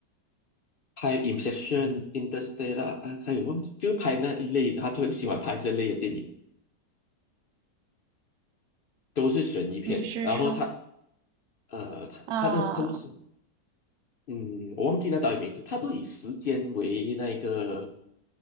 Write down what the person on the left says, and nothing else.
拍《Inception》《Interstellar》啊，还有忘记，就拍那一类的，他就很喜欢拍这类的电影，都是悬疑片。
然后他呃，他他的都是
嗯，我忘记那导演名字，他都以时间为那个